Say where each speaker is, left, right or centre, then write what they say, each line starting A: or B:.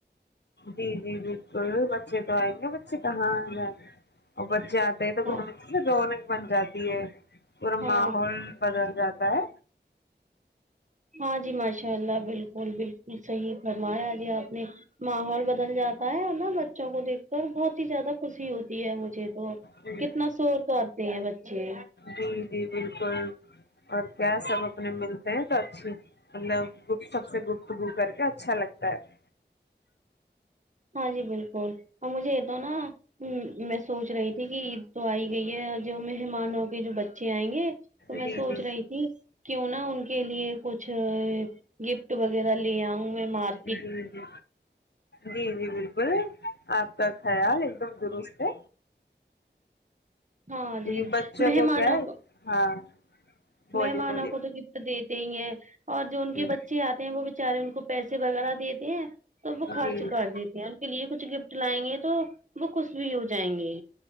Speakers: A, on the left; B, on the right.
A: جی جی بالکل بچے تو آئیں گے بچے کہاں جائیں گے اور بچے آ تے ہے تو گھر
B: ہاں
A: میں رونق بن جاتی ہے پورا
B: ہاں
A: ماحول بدل جاتا ہے
B: ہاں جی ماشاء اللہ بالکل بالکل صحیح فرمایا جی آپ نے ماحول بدل جاتا ہے اور نا بچوں کو دیکھ کر بہت ہی زیادہ خوشی ہوتی ہے مجھے تو
A: جی
B: کتنا شور کرتے ہیں بچے
A: جی جی بالکل اور کیا سب اپنے ملتے ہیں تو اچھی مطلب گفت سب سے گفتگو کر کے اچھا لگتا ہے
B: ہاں جی بالکل اور مجھے یہ تو نا ہمم میں سوچ رہی تھی کہ عید تو آئی گئی ہے جو مہمان ہو کے جو بچے آئیں گے تو میں
A: جی
B: سوچ
A: جی
B: رہی تھی کیوں نا ان کے لیے کچھ گفٹ وغیرہ لے آؤں میں مار
A: جی جی جی جی بالکل آپ کا خیال ایک دم درست ہے
B: ہاں
A: کیونکہ
B: جی
A: بچوں
B: مہمانوں
A: کیا ہے
B: کو
A: ہاں بولیے
B: مہمانوں
A: بولیے
B: کو تو گفٹ دیتے ہی ہیں اور جو ان کے
A: ہوں،
B: بچے آتے ہیں وہ بچارے ان کو پیسے وغیرہ دیتے ہیں تو وہ خرچ
A: جی
B: کر دیتے ہیں ان کے لیے کچھ گفٹ لائیں گے تو تو وہ خوش بھی ہو جائیں گے